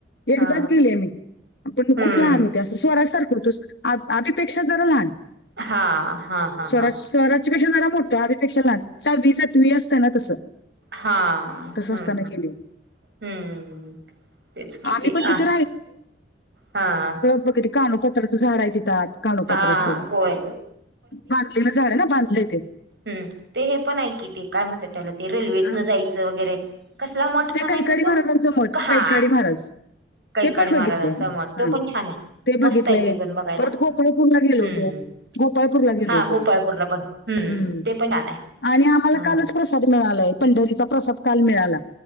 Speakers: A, on the left; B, on the right.
A: एकदाच
B: हा
A: गेले मी, पण
B: हम्म
A: खूप लहान होते. ते अस स्वराज सारख होते, आदी पेक्षा जरा लहान
B: हा हा हा
A: स्वराज
B: हा
A: स्वराज अभि पेक्षा जरा मोठं आभी पेक्षा लहान सहावी सातवी असत ना तसं.
B: हां हां
A: तसं
B: हम्म
A: असताना
B: हम्म.
A: गेले
B: हम्म तेच कि
A: आम्ही
B: ते
A: पण तिथे
B: आ हां.
A: म कधी कानो पात्राचं झाड हाय तिथं आत. कानोपात्राच,
B: हा होय
A: बांधलेलं झाड आहे ना? बांधलेय ते.
B: हम् ते हे पण हाय कि ते काय म्हणत्यात त्याला ते रेल्वेतन
A: हा.
B: जायचं वगैरे, कस कसला मठ
A: ते
B: म्हणायचा
A: कैकाडी
B: तो?
A: महाराजांचं मठ
B: क हा.
A: कैकाडी महाराज
B: कैकाडी
A: ते पण
B: महाराजांचा
A: बघितलंय आम्ही
B: मट, तो
A: हा
B: पण छान हाय,
A: ते
B: मस्त
A: बघितलंय
B: हाय तो पण बघायला.
A: परत गोपाळपूरला गेलो
B: हम्म
A: होतो. गोपाळपूरला गेलो
B: हा
A: होतो,
B: गोपाळपूरला पण हम्म
A: हम्
B: ते पण छान आहे.
A: आणि आम्हाला
B: हा
A: कालच प्रसाद मिळालाय, पंढरीचा प्रसाद काल मिळाला.